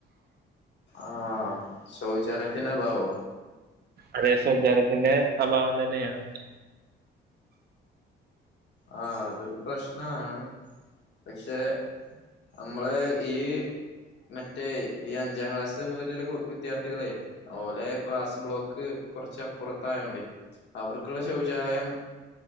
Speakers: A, on the left; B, on the right.
A: ആ സൗചാലയത്തിന്റെ അബാവോ
B: അതേ സൗചാലയത്തിന്റെ അഭാവം തന്നെയാണ്
A: ആ അതൊരു പ്രശ്നമാണ് പക്ഷെ നമ്മള് ഈ മറ്റേ ഈ അഞ്ചാം ക്ലാസ് മുതലുള്ള വിദ്യാർത്ഥികളെ ഓലെ ക്ലാസ് ബ്ലോക്ക് കുറച്ച് അപ്പുറത്തായോണ്ട് അവർക്കുള്ള ശൗചാലയം